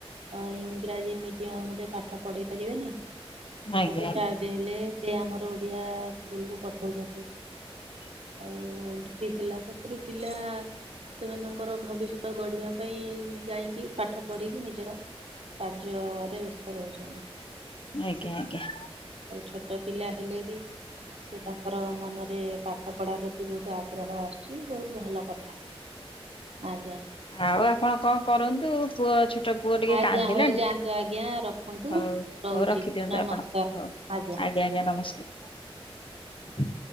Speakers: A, on the right; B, on the left.
A: ଅ ଇଂରାଜୀ ମିଡିୟମ ରେ ପାଠ ପଢେଇ ପାରିବେନି
B: ଆଜ୍ଞା ଆଜ୍ଞା
A: ସବୁ ଚାର୍ଜ ନେଲେ। ସେ ଆମର ଓଡ଼ିଆ ସ୍କୁଲକୁ ପଠଉଛନ୍ତି। ଆଉ ଏମିତି ହେଲା ପାଖରୁ ପିଲା ସେମାନଙ୍କର ଭବିଷ୍ୟତ ଗଢିବା ପାଇଁ ଯାଇକି ପାଠ ପଢିକି ନିଜର କାର୍ଯ୍ୟରେ ବ୍ୟସ୍ତ ରହୁଛନ୍ତି।
B: ଆଜ୍ଞା-ଆଜ୍ଞା।
A: ଆଉ ଛୋଟ ପିଲା ହେଲେ ବି ସେ ତାଙ୍କର ମନରେ ପାଠ ପଢା ପ୍ରତି ବହୁତ ଆଗ୍ରହ ଆସୁଛି ବହୁତ ଭଲ କଥା। ଆଜ୍ଞା।
B: ଆଉ ଆପଣ କଣ କରନ୍ତୁ ପୁଅ ଛ ପୁଅ ଟିକେ
A: ଆଜ୍ଞା
B: କାନ୍ଦିଲାଣି
A: ହଉ ଯାଆନ୍ତୁ ଆଜ୍ଞା ରଖନ୍ତୁ
B: ହଉ
A: ରହୁଛି
B: ହଉ ରଖିଦିଅନ୍ତୁ
A: ନମସ୍କାର
B: ଆପଣ ହଉ।
A: ଆଜ୍ଞା।
B: ଆଜ୍ଞା-ଆଜ୍ଞା ନମସ୍କାର।